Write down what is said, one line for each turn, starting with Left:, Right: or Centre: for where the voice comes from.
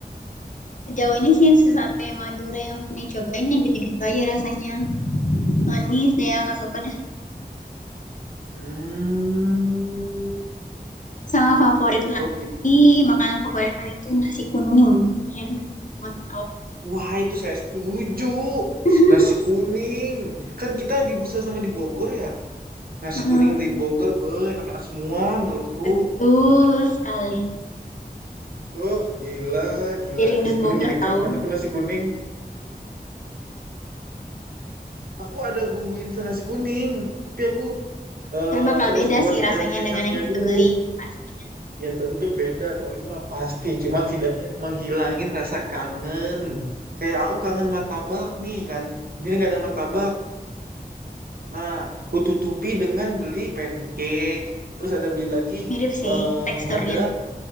Left: sejauh ini sih sate Madura yang pernah cobain yang gitu-gitu aja rasanya. Manis deh, nggak suka dah.
Right: Hmm.
Left: Sama favorit
Right: Oh
Left: lagi,
Right: gitu.
Left: makanan favorit pan itu nasi kuning. Enak banget tau.
Right: Wah itu saya setuju.
Left: <laughs>
Right: Nasi kuning. Kan kita di Busel sama di Bogor ya. Nasi
Left: Mm,
Right: kuning di Bogor be enak-enak semua menurutku.
Left: betul sekali.
Right: Oh gila, gila.
Left: Jadi rindu
Right: Nasi kuning
Left: Bogor
Right: jadi
Left: tahu.
Right: kangen aku nasi kuning. Aku ada bumbu instan nasi kuning. Tapi aku eh,
Left: Tapi bakal
Right: harus
Left: beda
Right: buat
Left: sih rasanya
Right: ayam kecapnya
Left: dengan yang kita
Right: dulu.
Left: beli. Pastinya.
Right: Ya tentu beda dong, itu mah pasti. Cuma setidaknya menghilangin rasa kangen. Kayak aku kangen martabak nih kan. Ini nggak ada martabak. Nah, kututupi dengan beli pancake. Terus ada beli lagi,
Left: Mirip sih
Right: eh
Left: teksturnya.
Right: ada,